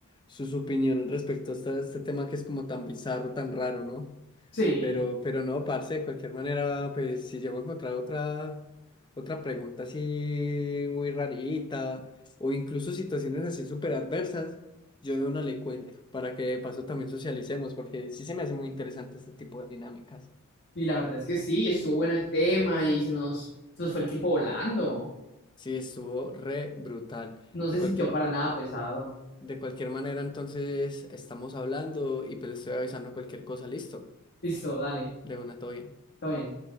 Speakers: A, on the left; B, on the left.
A: sus opiniones respecto a esta- este, tema que es como tan bizarro, tan raro, ¿no?
B: Sí,
A: Pero, pero no, parce, de cualquier manera, pues si llego a encontrar otra, otra pregunta así muy rarita o incluso situaciones así súper adversas, yo de una le cuento para que de paso también socialicemos, porque sí se me hace muy interesante este tipo de dinámicas.
B: y la verdad es que sí, estuvo bueno el tema y se nos, se nos fue el tiempo volando.
A: Sí, estuvo re brutal.
B: No
A: De
B: se
A: cualquier
B: sintió para nada pesado.
A: De cualquier manera, entonces estamos hablando y pues le estoy avisando cualquier cosa, listo.
B: Listo, dale,
A: De una, todo bien.
B: está bien.